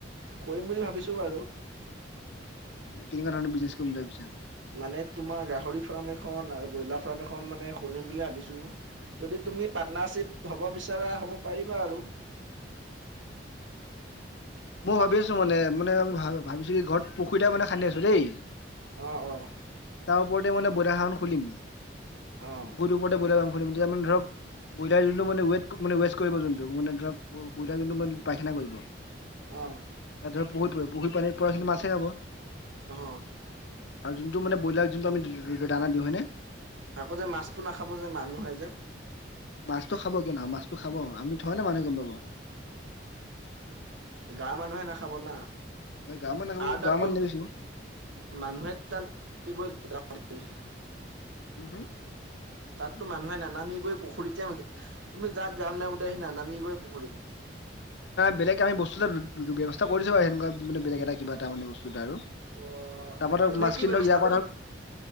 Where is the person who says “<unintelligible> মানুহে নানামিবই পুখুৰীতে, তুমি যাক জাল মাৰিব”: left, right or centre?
Right